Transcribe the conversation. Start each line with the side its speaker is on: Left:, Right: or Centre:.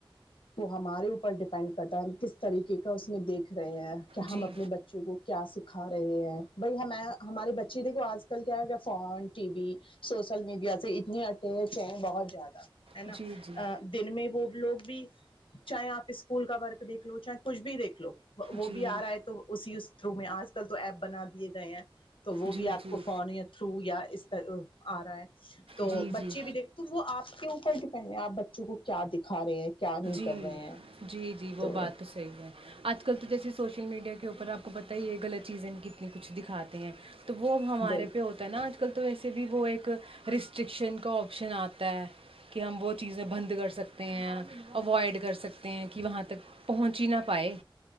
Left: وہ ہمارے اوپر ڈیپینڈ کرتا ہے ہم کس طریقے کا اس میں دیکھ <inaudible> رہے ہیں کہ ہم
Right: جی،
Left: اپنے بچوں کو کیا سکھا رہے ہیں بھائی ہمیں ہمارے بچے دیکھو آج <inaudible> کل کیا ہو گ phone T V social media سے اتنے اٹیچ ہیں بہت زیادہ <inaudible> ہے نا
Right: جی، جی،
Left: دن میں وہ لوگ <inaudible> بھی <inaudible> چاہے آپ اسکول کا ورک دیکھ لو چاہے کچھ بھی دیکھ لو <inaudible> وہ
Right: جی،
Left: بھی آ رہا ہے تو اسی <inaudible> تھرو میں آج کل تو ایپ بنا دیے گئے ہیں <unintelligible> تو وہ
Right: جی،
Left: بھی آپ
Right: جی،
Left: کو فون تھرو یا اس <unintelligible> آ رہا ہے <unintelligible> تو
Right: جی،
Left: بچے
Right: جی۔
Left: بھی دیکھ تو وہ آپ کے اوپر <unintelligible> پر ڈیپینڈ ہے آپ بچوں کو کیا دکھا رہے ہیں کیا نہیں کر
Right: ہ
Left: رہے ہیں
Right: جی جی وہ
Left: تو
Right: بات صحیح ہے آج کل تو جیے سوشل میڈیا کے اوپر آپ کو پتا ہی یہ غط چیز ہے کی اپنے کچھ دکھاتے ہیں تو وہ اب ہمارے
Left: بل
Right: پہ ہوتا ہے نا آج کل تو ویسے بھی وہ ایک رسٹرکشن کا آپشن آتا ہے کہ ہم وہ چیزیں بند کر سکتے ہیں اوائڈ کر سکتے ہیں کہ وہاں تک پہنچ ہی نہ پائے